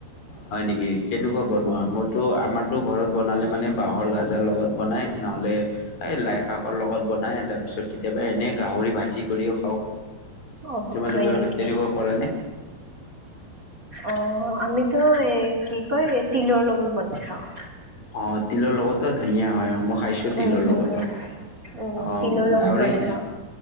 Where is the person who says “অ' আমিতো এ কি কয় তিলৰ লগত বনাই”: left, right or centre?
Right